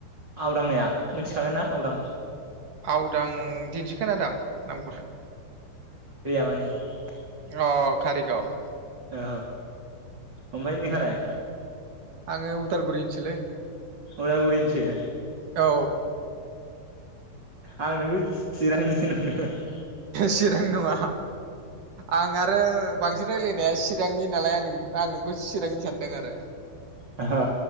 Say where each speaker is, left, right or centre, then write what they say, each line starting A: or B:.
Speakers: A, on the right; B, on the right.
A: आउट आंनियाव मिथिखागोन ना। <unintelligible>
B: आवदां दिनैसो खोनादों आं नामखौहाय।
A: आरो <unintelligible>
B: अ कारिगाव
A: औ ओमफ्राय नोंहालाय
B: आङो उदालगुरिनोसोलै।
A: उदालगुरिनिसो।
B: औ।
A: आं नोंखौ चिरांनिसो नंदों <unintelligible>
B: चिरां नङा आं आरो बांसिन रायलायनाया सिरां <inaudible> चिरांनि नालाय आं नोंखौ चिरांनि सानदों आरो।
A: औ।